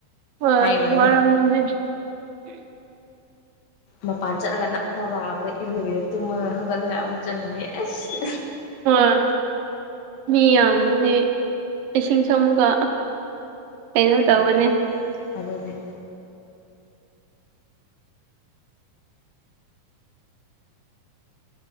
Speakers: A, on the right; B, on the left.
A: ꯍꯣꯏ
B: ꯍꯥꯏꯔꯨꯔꯅꯨ
A: ꯋꯥꯔꯅꯦ
B: ꯃꯄꯥꯟ ꯆꯠꯂꯒ ꯅꯞ ꯅꯞ ꯂꯥꯑꯕꯗ ꯏꯔꯨꯗꯦꯗ ꯇꯨꯝꯃꯒ ꯍꯧꯒꯠꯂꯒ ꯑꯃꯨꯛ ꯆꯟꯅꯤ ꯑꯁ
A: ꯍꯣꯏ ꯃꯤ ꯌꯥꯝꯃꯗꯤ ꯂꯤꯁꯤꯡꯁꯨ ꯑꯃꯨꯒ ꯀꯩꯅꯣ
B: ꯑꯣ
A: ꯇꯧꯕꯅꯦ
B: ꯑꯗꯨꯅꯦ